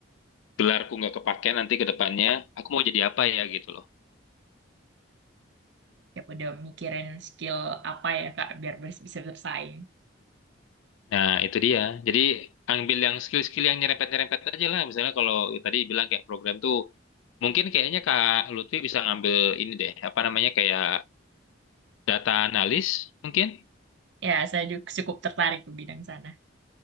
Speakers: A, on the left; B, on the right.
A: gelarku nggak kepake nanti ke depannya, aku mau jadi apa ya gitu loh.
B: Ya udah mikirin skill apa ya, Kak, biar bers- bisa bersaing.
A: Nah, itu dia. Jadi ambil yang skill-skill yang nyerempet-nyerempet aja lah. Misalnya kalau tadi bilang kayak program tuh, mungkin kayaknya Kak Lutfi bisa ngambil ini deh, apa namanya kayak data analis mungkin.
B: Ya, saya juga cukup tertarik ke bidang sana.